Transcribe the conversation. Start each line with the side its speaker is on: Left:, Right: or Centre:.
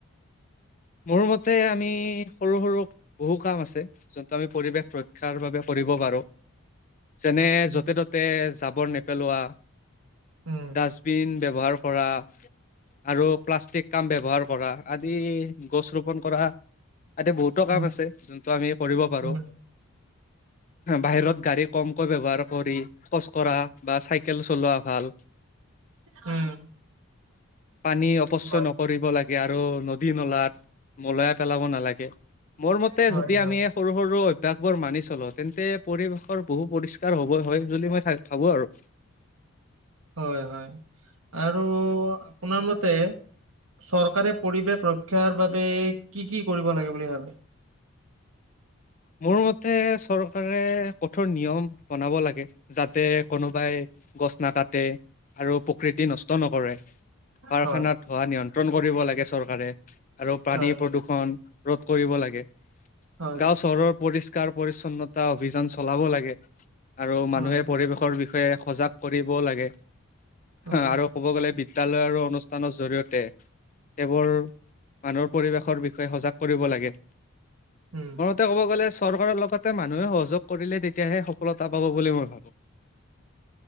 Left: মোৰ মতে আমি সৰু সৰু বহু কাম আছে। যোনটো আমি পৰিৱেশ ৰক্ষাৰ বাবে কৰিব পাৰো। যেনে
Right: উম,
Left: য'তে-ত'তে জাৱৰ নেপেলোৱা
Right: উম,
Left: ডাষ্টবিন ব্যৱহাৰ কৰা আৰু প্লাষ্টিক কাম ব্যৱহাৰ কৰা, আদি গছ ৰোপণ কৰা আদি বহুতো
Right: উম,
Left: কাম আছে যোনটো আমি কৰিব পাৰো,
Right: উম,
Left: বাহিৰত গাড়ী কমকৈ ব্যৱহাৰ কৰি খোজ কঢ়া বা চাইকেল চলোৱা ভাল।
Right: উম।
Left: পানী অপচয়
Right: হয়,
Left: নকৰিব লাগে আৰু নদী নলাত নলাই পেলাব নালাগে। মোৰ মতে
Right: হয়,
Left: যদি
Right: হয়।
Left: আমি সৰু সৰু অভ্যাসবোৰ মানি চলো তেন্তে পৰিৱেশৰ বহু পৰিস্কাৰ হ'বৰ হয়। বুলি মই ভাবো আৰু।
Right: হয় হয় আৰু আপোনাৰ মতে চৰকাৰে পৰিৱেশ ৰক্ষাৰ বাবে কি কি কৰিব লাগে বুলি ভাবে?
Left: মোৰ মতে চৰকাৰে কঠোৰ নিয়ম বনাব লাগে যাতে কোনোবাই গছ নাকাতে। আৰু প্ৰকৃতি নষ্ট নকৰে, কাৰখানাত
Right: হয়,
Left: ধোৱা নিয়ন্ত্ৰণ কৰিব লাগে চৰকাৰে। আৰু পানী
Right: হয়,
Left: প্ৰদূষণ ৰোধ কৰিব লাগে,
Right: হয়,
Left: গাও চহৰৰ পৰিষ্কাৰ পৰিছন্নতা অভিযান চলাব লাগে। আৰু মানুহে
Right: হয়,
Left: পৰিৱেশৰ বিষয়ে সজাগ কৰিবও লাগে
Right: হয়,
Left: আৰু ক'ব গ'লে বিদ্যালয় আৰু অনুষ্ঠানৰ জৰিয়তে সেইবোৰ মানুহৰ পৰিৱেশৰ বিষয়ে সজাগ কৰিব লাগে।
Right: উম।
Left: তে ক'ব গ'লে চৰকাৰৰ লগতে মানুহে সহযোগ কৰিলে তেতিয়াহে সফলতা পাব বুলি মই ভাবো।